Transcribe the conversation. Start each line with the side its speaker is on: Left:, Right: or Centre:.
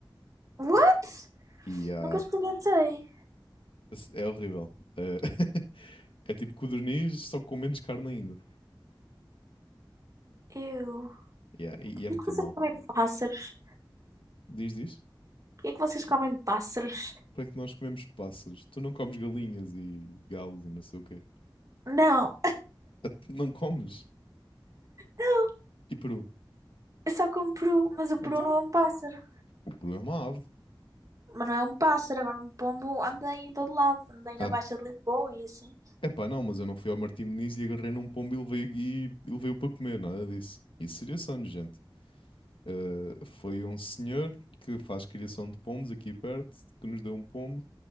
Right: What?
Left: E ah,
Right: Nunca experimentei.
Left: é horrível. Eh, <laughs> é tipo codorniz, só com menos carne ainda.
Right: Eu.
Left: Yeah, e, e é
Right: Por
Left: muito
Right: que vocês
Left: mal.
Right: comem pássaros?
Left: Diz, diz?
Right: Por que é que vocês comem pássaros?
Left: Para que nós comemos pássaros? Tu não comes galinhas e galos e não sei o quê.
Right: Não,
Left: Ah, tu Não comes?
Right: não.
Left: E peru?
Right: Eu só como peru, mas o
Left: Então,
Right: peru não é um pássaro.
Left: o peru é uma ave.
Right: Mas não é um pássaro, agora um pombo anda aí em todo lado. Anda aí
Left: Ah,
Right: na Baixa de Lisboa e assim.
Left: epá, não, mas eu não fui ao Martim Moniz e agarrei num pombo e levei, e, e levei-o para comer, nada disso. Isso seria só nojento. Uh, foi um senhor que faz criação de pombos aqui perto, que nos deu um pombo.